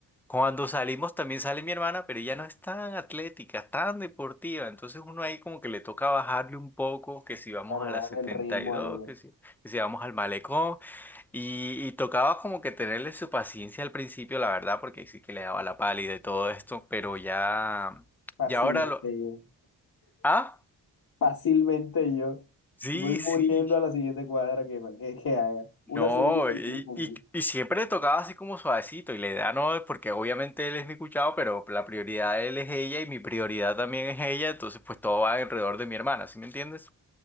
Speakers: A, in the centre; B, on the left.
A: cuando salimos también sale mi hermana, pero ella no es tan atlética, tan deportiva. Entonces uno ahí como que le toca bajarle un poco, que si vamos
B: Claro,
A: a la
B: bajan
A: 72,
B: el ritmo a ella.
A: que si, que si vamos al malecón. Y, y tocaba como que tenerle su paciencia al principio, la verdad, porque sí que le daba la pálida y todo esto, pero ya,
B: Fácilmente
A: ya ahora lo...
B: yo.
A: Ah,
B: Fácilmente yo.
A: sí,
B: Voy muriendo
A: sí.
B: a la siguiente cuadra que, que, que haga.
A: No,
B: Una subida
A: y,
B: y ya me pongo.
A: y, y siempre le tocaba así como suavecito, y la idea no es porque obviamente él es mi cuchado, pero la prioridad de él es ella y mi prioridad también es ella, entonces pues todo va alrededor de mi hermana, ¿sí me entiendes?